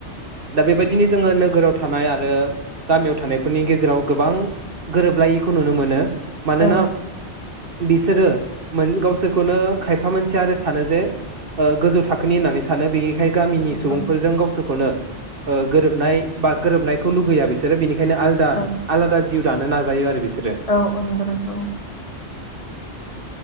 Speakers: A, on the right; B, on the left.
A: दा बेबायदिनो जोङो नोगोराव थानाय आर आरो गामियाव थानायफोरनि गेजेराव गोबां गोरोबलायिखौ नुनो मोनो । मानोना
B: औ
A: बिसोरो मोन गावसोरखौनो खायफा मानसिया आरो सानो जे ओ गोजौ थाखोनि होननानै सानो । बिनिखाय गामिनि सुबुंफोरजों
B: औ
A: गावसोरखौनो ओ गोरोबनाय बा गोरोबनायखौ लुगैया बिसोरो बिनिखाय <unintelligible> आलदा
B: औ
A: आलादा जिउ दानो नाजायो आरो बिसोर
B: औ औ नंगौ नोंथां औ ।